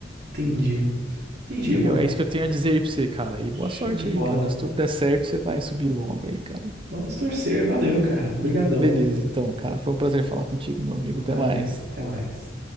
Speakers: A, on the right (about 60°); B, on the right (about 30°).
A: entendi. Entendi,
B: Entendeu?
A: mano.
B: É isso que eu tenho a dizer aí pra você, cara. E boa
A: Show
B: sorte
A: de bola.
B: aí, cara. Se tudo der certo, você vai subir logo aí, cara.
A: Vamos torcer. Valeu, cara. Obrigadão.
B: Beleza, então, cara. Foi um prazer falar contigo, meu amigo. Até
A: Valeu.
B: mais.
A: Até mais.